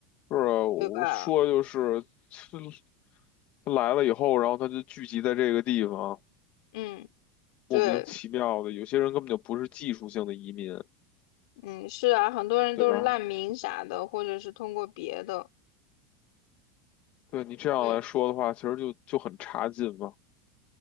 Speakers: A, on the left; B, on the left.
A: 是啊，我说就是他
B: 对吧？
A: 他来了以后，然后他就聚集在这个地方，
B: 嗯，对，
A: 莫名其妙的，有些人根本就不是技术性的移民，
B: 嗯，是啊，很多人都是难民啥的，
A: 对吧？
B: 或者是通过别的，
A: 对你这样来说的话，
B: 对。
A: 其实就就很差劲嘛，